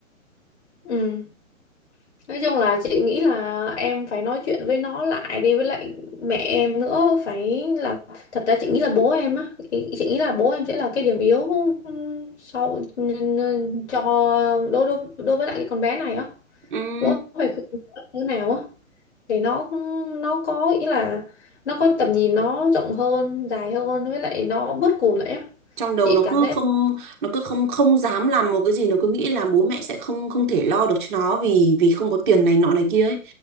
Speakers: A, on the left; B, on the right.
A: ừ nói chung là chị nghĩ là em phải nói chuyện với nó lại đi với lại mẹ em nữa phải là thật ra chị nghĩ là bố em á chị chị nghĩ là bố em sẽ là cái điểm yếu ừ, sau n- n- cho đối đối đối với lại cái con bé này á
B: Ừm,
A: bố phải khuyên nó như nào á để nó nó có ý là nó có tầm nhìn nó rộng hơn dài hơn với lại nó bớt cùn lại á
B: trong đầu
A: chị
B: nó
A: cảm
B: cứ
A: thấy
B: không nó cứ không không dám làm một cái gì nó cứ nghĩ là bố mẹ sẽ không không thể lo được cho nó vì vì không có tiền này nọ này kia ấy